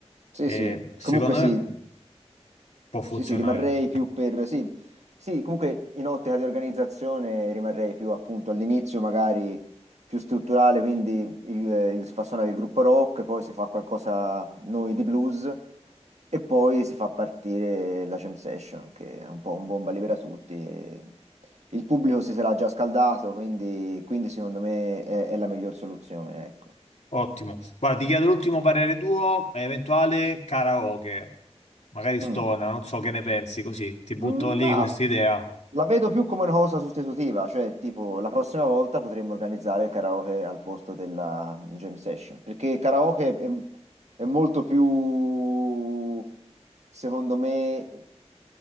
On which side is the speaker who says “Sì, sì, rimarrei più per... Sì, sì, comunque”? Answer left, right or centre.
Right